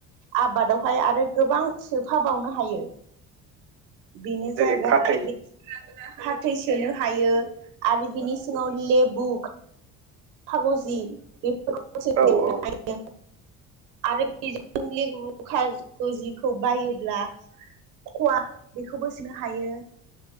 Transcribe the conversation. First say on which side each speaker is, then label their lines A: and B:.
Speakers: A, on the right (about 85°); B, on the right (about 50°).
A: आबादावहाय आरो गोबां सोफा बावनो हायो। बिनो
B: जेरै
A: जाबाय
B: फाथै
A: <unintelligible> फाथै सोनो हायो आरो बिनि सिङाव लेबु फागजि बे <inaudible>
B: औ औ
A: आरो बेजों <inaudible> खाजिखौ बायोब्ला खवा बेखौबो सोनो हायो।